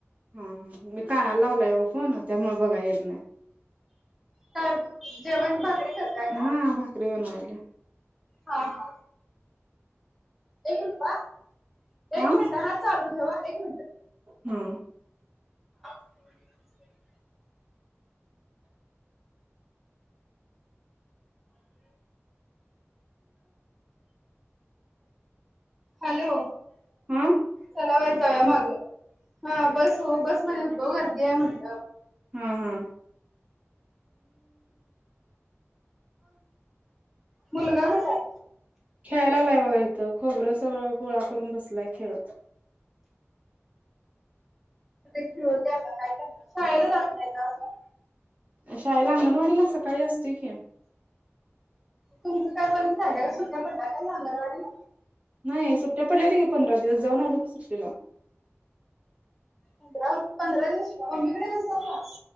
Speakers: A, on the right; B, in the centre.
A: हा हा मी कानाला लावलाय ओ फोन त्यामुळ बघाय येत नाय.
B: टब जेवण भाकरी..... करताय काय
A: हा भाकरी बनवालोय
B: हा हा एक रुपया
A: आ
B: एक मिनिटं हं चालू ठेवा एक मिनिटं
A: हं
B: <unintelligible> <inaudible> हॅलो
A: हा
B: चला बाई जाऊया माग हा बस ओ बस मधे होतो गर्दी आहे म्हटलं
A: हा हा
B: <inaudible> मुलगा कुठाय?
A: खेळा लागलाय इथ खोबर सगळं गोळा करून बसलाय खेळत
B: खेळू दया आता काय करणार शाळेला जात नाय का अजून
A: शाळेला अंगणवाडीला सकाळी असतोय की....
B: तुमच काय बंद झालय व्हय सुट्ट्या पडल्या काय अंगणवाडीला
A: नाही सुट्ट्या पडल्या होत्या की पंधरा दिवस जाऊन आलो की सुट्टीला.
B: पंधरा पंधरा दिवसये का? मम्मीकडे गेलतो का?